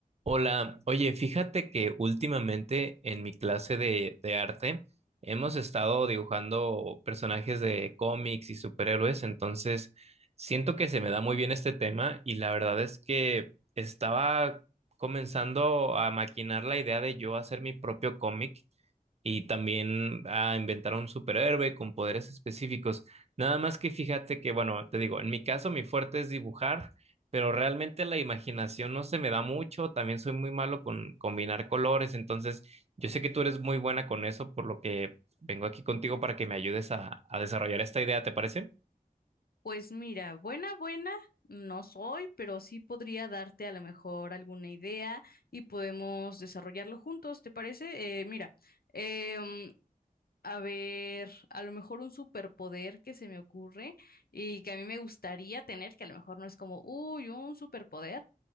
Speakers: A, on the right; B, on the left.
A: Hola, oye, fíjate que últimamente en mi clase de, de arte hemos estado dibujando personajes de cómics y superhéroes, entonces siento que se me da muy bien este tema y la verdad es que estaba comenzando a maquinar la idea de yo hacer mi propio cómic y también a inventar un superhéroe con poderes específicos. Nada más que fíjate que, bueno, te digo, en mi caso mi fuerte es dibujar pero realmente la imaginación no se me da mucho, también soy muy malo con combinar colores, entonces yo sé que tú eres muy buena con eso, por lo que vengo aquí contigo para que me ayudes a, a desarrollar esta idea, ¿te parece?
B: Pues mira, buena, buena, no soy, pero sí podría darte a lo mejor alguna idea y podemos desarrollarlo juntos, ¿te parece? Eh, mira, eh, mm, a ver, a lo mejor un superpoder que se me ocurre y que a mí me gustaría tener, que a lo mejor no es como, uy, un superpoder,